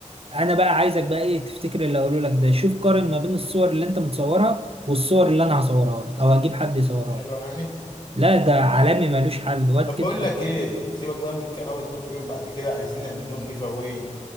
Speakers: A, on the right; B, on the left.
A: انا بقى عايزك بقى ايه تفتكر اللي هقوله لك ده شوف قارن ما بين الصور اللي انت متصورها والصور اللي انا هصورها لك او هجيب حد يصورها
B: حلوه
A: لك
B: يعني
A: لا ده عالمي ملوش حل واد
B: طب
A: كده
B: بقول لك ايه سيبك بقى من الكلام التصوير بعد كده عايزين نعمل لهم جيف اواي